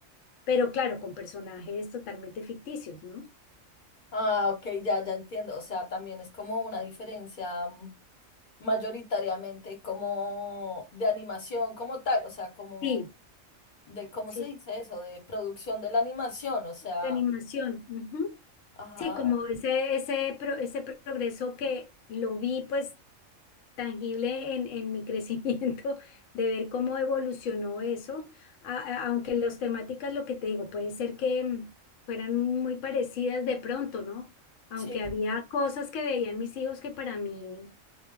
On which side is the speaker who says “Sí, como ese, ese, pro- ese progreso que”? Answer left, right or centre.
Left